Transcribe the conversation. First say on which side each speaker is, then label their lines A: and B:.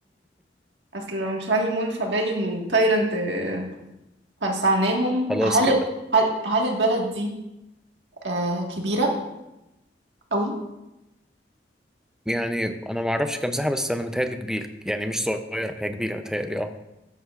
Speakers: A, on the right; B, in the centre.
A: أصل لو مش هانيمون فبالي وتايلاند آه، فلسعناهم
B: خلاص
A: هل
B: كده
A: هل هل البلد دي آه كبيرة قوي
B: يعني انا ما اعرفش كام ساحه بس انا متهيألي كبير يعني مش صغير هي كبيره متهيألي اه